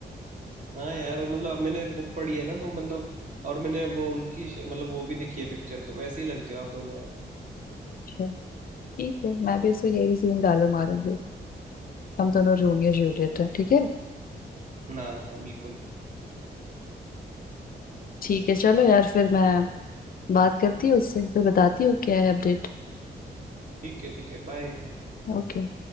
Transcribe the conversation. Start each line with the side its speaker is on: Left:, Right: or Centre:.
Right: हाँ यार मतलब मैंने बुक पढ़ी है ना तो मतलब और मैंने वो उनकी श- मतलब वो भी देखी है पिक्चर तो वैसे ही लगते हो आप दोनों यार
Left: अच्छा, ठीक है मैं भी इसको यही सीन डालो मारूंगी हम दोनों रोमियो
Right: हम्म
Left: जूलियट हैं ठीक है
Right: हाँ हाँ बिल्कुल
Left: ठीक है चलो यार फिर मैं बात करती हूँ उससे फिर बताती हूँ क्या है अपडेट
Right: ठीक है ठीक है बाय
Left: ओके